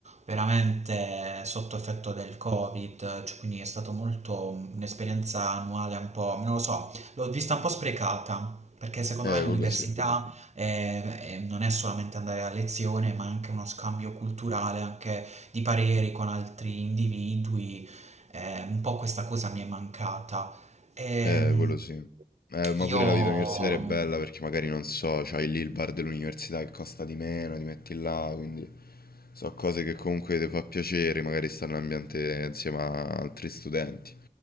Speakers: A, on the right; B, on the left.
A: veramente sotto effetto del Covid, cioè, quindi è stato molto un'esperienza annuale un po', non lo so, L'ho vista un po' sprecata, perché secondo
B: Eh,
A: me l'università
B: quello sì.
A: eh, eh, non è solamente andare a lezione, ma anche uno scambio culturale, anche di pareri con altri individui. Eh, un po' questa cosa mi è mancata. Ehm,
B: Eh, quello sì. Eh, ma
A: Certo, io...
B: pure
A: quello
B: la vita universitaria è
A: è
B: bella
A: vero.
B: perché magari non so, c'hai lì il bar dell'università che costa di meno, ti metti là, quindi so cose che comunque ti fa piacere, magari stare in un ambiente insieme a altri studenti.